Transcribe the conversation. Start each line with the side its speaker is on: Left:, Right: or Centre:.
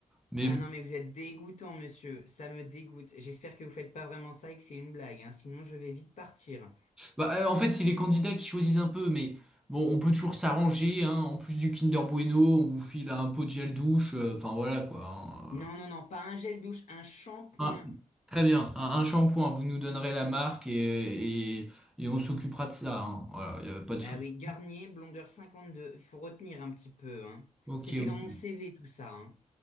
Centre: mais
Left: Ah
Centre: bon,
Left: non, mais vous êtes dégoûtant, monsieur. Ça me dégoûte. J'espère que vous faites pas vraiment ça et que c'est une blague, hein. Sinon je vais vite partir.
Centre: Bah, euh, en fait, c'est les candidats qui choisissent un peu, mais bon, on peut toujours s'arranger, hein. En plus du Kinder Bueno, on vous file un pot de gel douche, euh, enfin voilà quoi. hein.
Left: Non, non, non, pas un gel douche, un shampoing.
Centre: Un- très bien, un, un shampoing, vous nous donnerez la marque et, et, et on s'occupera de ça, hein. Voilà, y a pas
Left: Bah
Centre: de souci.
Left: oui, Garnier, blondeur 52. Il faut retenir un petit peu, hein.
Centre: Ok,
Left: C'était
Centre: ok.
Left: dans mon CV tout ça, hein.